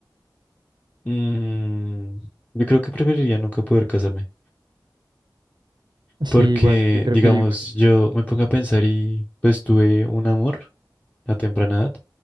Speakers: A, on the left (about 20°); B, on the right (about 70°).
A: Mm, yo creo que preferiría nunca poder casarme,
B: Sí,
A: porque,
B: igual, yo creo
A: digamos,
B: que yo igual.
A: yo me pongo a pensar y pues tuve un amor a temprana edad